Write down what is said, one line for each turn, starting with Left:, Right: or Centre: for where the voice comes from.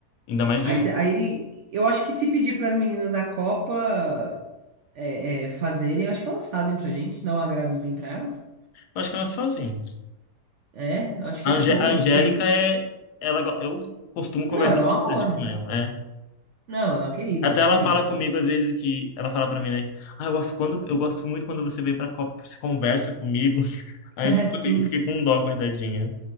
Left: Ainda mais
Right: Aí,
Left: de...
Right: cê- aí eu acho que se pedir pras meninas da Copa é, é, fazerem, acho que elas fazem pra gente, dá um agradozinho pra elas.
Left: Acho que elas fazem.
Right: É, eu acho que
Left: A
Right: é
Left: Angé-
Right: de boa,
Left: a Angélica
Right: porque.
Left: é... Ela, go- eu costumo conversar
Right: Não, ela é
Left: bastante
Right: um amor, né?
Left: com ela, é.
Right: Não, ela é uma querida,
Left: Até
Right: ela é
Left: ela
Right: uma querida.
Left: fala comigo às vezes que ela fala pra mim, né? que, Ah, eu gosto quando eu gosto muito quando você vem pra Copa, que você conversa comigo. <laughs> Aí
Right: <laughs> É,
Left: eu fico-
Right: Sim.
Left: eu fiquei com dó, coitadinha.